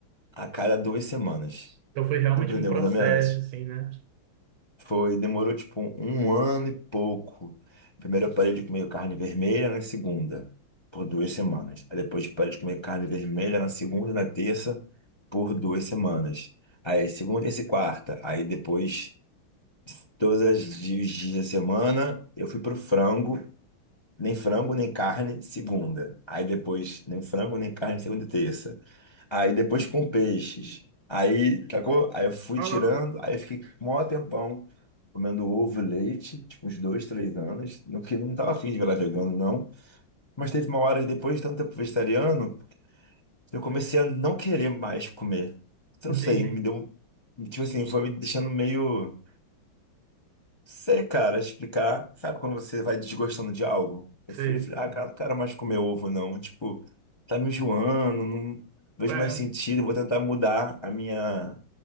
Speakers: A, on the left; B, on the right.
A: a cada duas semanas.
B: Então foi realmente
A: Deu pra entender
B: um processo,
A: mais ou menos?
B: assim, né?
A: Foi, demorou tipo um ano e pouco. Primeiro eu parei de comer carne vermelha na segunda, por duas semanas. Aí depois parei de comer carne vermelha na segunda e na terça, por duas semanas. Aí segunda e quarta. Aí depois, todos os di- os dias da semana, eu fui pro frango. Nem frango, nem carne, segunda. Aí depois, nem frango, nem carne, segunda e terça. Aí depois com peixes. Aí, sacou? Aí eu fui
B: Aham,
A: tirando, aí fiquei um maior tempão comendo ovo e leite, tipo uns dois, três anos, no que não tava afim de virar vegano, não. Mas teve uma hora, depois de tanto tempo vegetariano, eu comecei a não querer mais comer. Eu
B: entendi.
A: não sei, me deu. Tipo assim, foi me deixando meio. Sei, cara, explicar. Sabe quando você vai desgostando de algo?
B: Sei.
A: Eu fui, falei, ah, cara, não quero mais comer ovo, não. Tipo, tá me enjoando, não vejo
B: É,
A: mais sentido, vou tentar mudar a minha,